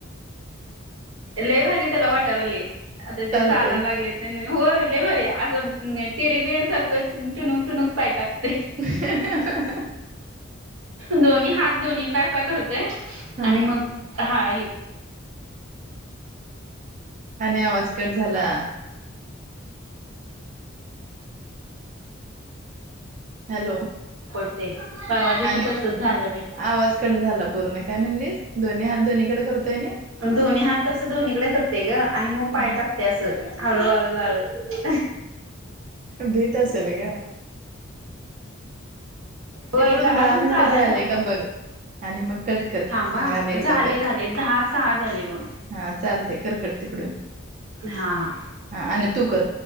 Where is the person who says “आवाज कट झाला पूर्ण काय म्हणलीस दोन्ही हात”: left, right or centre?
Right